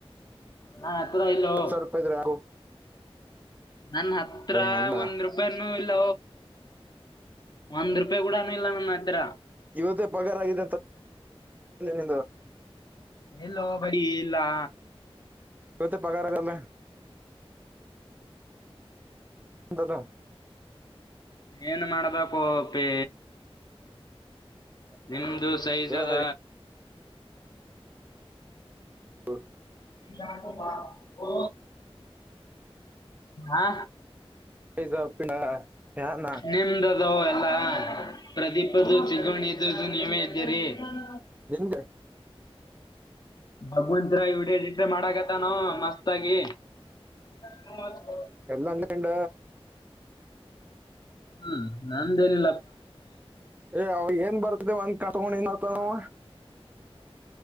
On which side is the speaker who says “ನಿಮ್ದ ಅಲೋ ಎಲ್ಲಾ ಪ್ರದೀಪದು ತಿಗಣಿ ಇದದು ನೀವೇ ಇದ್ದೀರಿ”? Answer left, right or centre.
Left